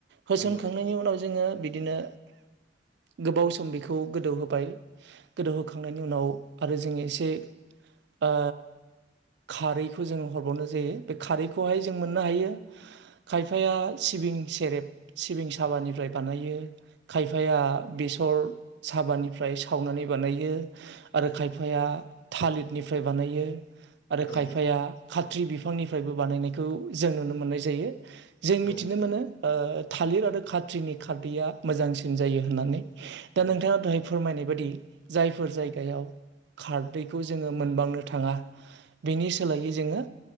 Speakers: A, on the right (about 60°); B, on the left (about 75°).
A: होसनखांनायनि
B: औ नोंथां
A: उनाव जोङो बिदिनो गोबाव सम बेख खौ गोदौ होबाय गोदौहोखांनायनि उनाव आरो जोङो एसे ओ खारैखौ जों हरबावनाय जायो बे खारैखौहाय जों मोननो हायो खायफाया सिबिं सेरेब सिबिं साबानिफ्राय बानायो खायफाया बेस सर साबानिफ्राय सावनानै बानायो आरो खायफाया थालिरनिफ्राय बानायो। आरो खायफाया
B: औ
A: खाथ्रि बिफांनिफ्रायबो बानायनायखौ जों नुनो मोननाय जायो। जों मिथिनो
B: औ नोंथां
A: मोनो ओ थालिर आरो खाथ्रिनि खारदैया मोजांसिन जायो होननानै। दा
B: औ
A: नोंथाङा दाहाय फोरमायनाय बादि जायफोर जायगायाव खारदैखौ जोङो मोनबांनो थाङा। बेनि सोलायै जोङो